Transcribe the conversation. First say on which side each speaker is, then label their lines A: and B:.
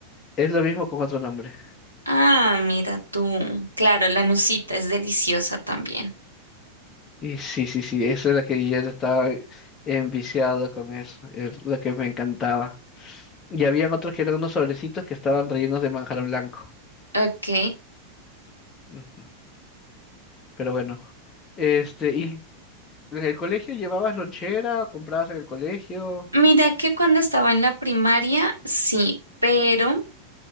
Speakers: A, on the left; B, on the right.
A: es lo mismo con otro nombre.
B: Ah, mira tú. Claro, la nusita es deliciosa también.
A: Y sí, sí, sí, esa es la que yo estaba enviciado con eso, es lo que me encantaba. Y habían otros que eran unos sobrecitos que estaban rellenos de manjar blanco.
B: Ok.
A: Ujú. Pero bueno, este, y en el colegio llevabas lonchera, comprabas en el colegio,
B: Mira que cuando estaba en la primaria, sí, pero